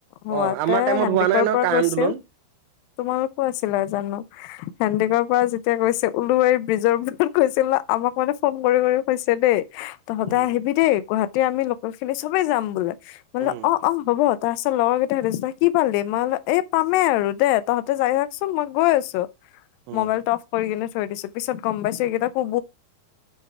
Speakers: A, on the left; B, on the right.
A: হোৱাতে
B: অ' আমাৰ টাইমত
A: হেণ্ডিকৰ
B: হোৱা নাই নহয়
A: পৰা
B: কা
A: গৈছিল
B: আন্দোলন।
A: তোমালোকো আছিলা জানো হেণ্ডিক ত যেতিয়া কৈছে ওলুৱাৰী ব্ৰীজৰ <unintelligible> কৈছিলা আমাক মানে ফোন কৰি কৰি কৈছে দেই তহঁতে
B: উম,
A: আহিবি দেই গুৱাহাটী আমি লোকেল খিনি চবে যাম <unintelligible> অ,
B: উম,
A: অ, হ'ব। তাৰপিছত লগৰ কেইটাই সুধিছো কি পালি, মই এই পামেই আৰু দে তহঁতে যাই থাকচোন মই গৈ আছো।
B: উম।
A: মোবাইলটো অফ কৰি কিনে থৈ দিছো, পিছত গ'ম পাইছো সেইকেইটা কু